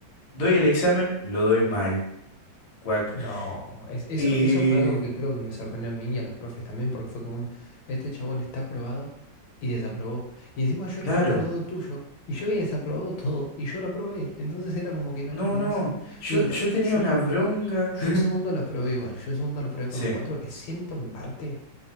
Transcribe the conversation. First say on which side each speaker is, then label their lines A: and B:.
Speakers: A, on the left; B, on the left.
A: Doy el examen, lo doy mal. Cuac.
B: no, es, eso,
A: Y
B: eso fue algo que creo que me sorprendió a mí y a los profes también, porque fue como un, este chabón está aprobado y desaprobó. Y encima yo
A: Claro.
B: estaba al lado tuyo y yo había desaprobado todo y yo lo aprobé, entonces era como que no,
A: No,
B: no
A: no.
B: es-
A: Yo,
B: miento,
A: yo tenía
B: yo,
A: una bronca.
B: yo
A: <laughs>
B: el segundo lo aprobé igual, yo el segundo lo aprobé
A: Sí,
B: con un 4 que siento en parte.